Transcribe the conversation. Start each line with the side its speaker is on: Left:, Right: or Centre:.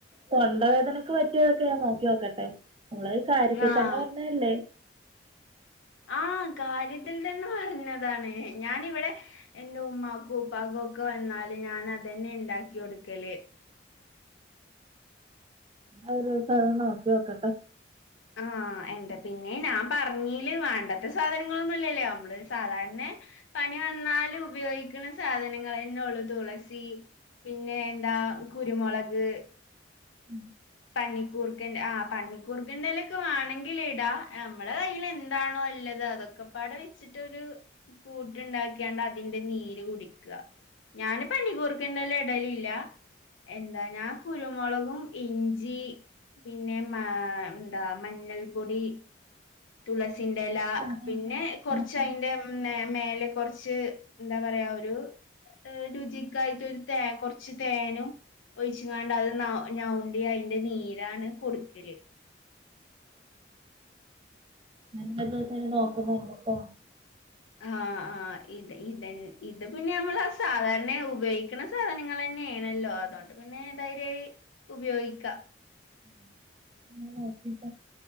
Right: തൊണ്ടവേദനക്ക് പറ്റിയതൊക്കെ ഞാൻ നോക്കി നോക്കട്ടെ നമ്മളത് കാര്യത്തി
Left: ആഹ്
Right: തന്നെ പറഞ്ഞതല്ലേ
Left: ആ കാര്യത്തിൽ തന്നെ പറഞ്ഞതാണ് ഞാനിവിടെ എന്റെ ഉമ്മാക്കും ഉപ്പാക്കും ഒക്കെ വന്നാല് ഞാൻ അതന്നെ ഉണ്ടാക്കി കൊടുക്കല്
Right: അത് <unintelligible> നോക്കി നോക്കട്ടെ
Left: ആഹ് എന്താ പിന്നെ ഞാൻ പറഞ്ഞീല് വേണ്ടത്ത സാധനങ്ങളൊന്നും ഇല്ലല്ലേ നമ്മള് സാധാര്ണേ പനി വന്നാല് ഉപയോഗിക്കുന്ന സാധനങ്ങള് തന്നെ ഉള്ളു തുളസി സി പിന്നെ എന്താ കുരുമുളക്
Right: ഉം
Left: പന്നിക്കൂർക്കൻ്റെ ആ പന്നിക്കൂർക്ക ൻ്റെ എലേക്കെ വേണങ്കിയിടാ ഞമ്മള കയ്യിൽ എന്താണോ ഉള്ളത് അതൊക്കെ ക്കപ്പാട വെച്ചിട്ടൊരു കൂട്ടുണ്ടാക്കിയാണ്ട് അതിന്റെ നീര് കുടിക്കാ ഞാന് പനികൂർക്കേൻ്റെയില എടലില്ല എന്താ ഞാൻ കുരുമുളകും ഇഞ്ച് ജി പിന്നെ മാ എന്താ മഞ്ഞൾപൊടി തുളസിന്റെലാ
Right: ഞാൻ സാധാരണ
Left: പിന്നെ
Right: ചുക്കാപ്പിന്നെ
Left: കുറച്ച് അയിന്റെ മ്ന്നേ മേലെ കുറച്ച് എന്താ പറയാ ഒരു രുചിക്കായിട്ടൊരു തേ കുറച്ച് തേനും ഒഴിച്ചാണ്ട് അത് ഞൗണ്ടി അതിന്റെ നീരാണ് കൊടുക്കല്
Right: നല്ല ദിവസെ നോക്കുന്നുണ്ടട്ടോ
Left: ആഹ! ആഹ! ഇത് ഇത ഇത് പിന്നെ നമ്മൾ സാധാരണയ ഉപയോഗിക്കണ സാധനങ്ങൾ തന്നെയ ആണല്ലോ അതുകൊണ്ട് പിന്നെ ധൈര്യായി ഉപയോഗിക്കാം
Right: ഉം ഇന്നലെയൊക്കെ